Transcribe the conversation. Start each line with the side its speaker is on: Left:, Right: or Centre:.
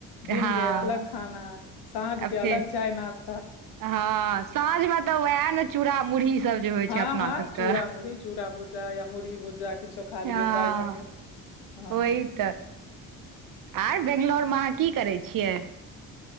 Left: दिन
Right: हँ
Left: के अलग खाना साँझ के
Right: आ
Left: अलग
Right: फेर
Left: चाय नाश
Right: हँ साँझ मे तऽ उएह ने चूरा मुुरी सब जे होइ
Left: हँ
Right: छै अपना
Left: हँ
Right: सबके
Left: चूड़ा मुरही चूड़ा भुज्जा या मुरही भुज्जा किछो खा लिअ
Right: हँ----हँ
Left: चाय संगे हँ
Right: ओहि तऽ आई बेंगलौरमे अहाँ की करै छियै?